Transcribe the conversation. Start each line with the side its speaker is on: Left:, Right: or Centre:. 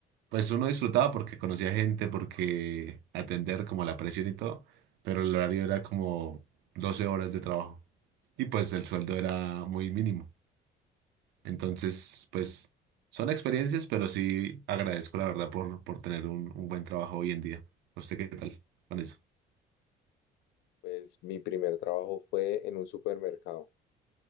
Right: pues uno disfrutaba porque conocía gente, porque atender como la presión y todo, pero el horario era como 12 horas de trabajo y pues el sueldo era muy mínimo. Entonces, pues son experiencias, pero sí agradezco la verdad por, por tener un, un buen trabajo hoy en día. No sé qué tal con eso?
Left: Pues mi primer trabajo fue en un supermercado.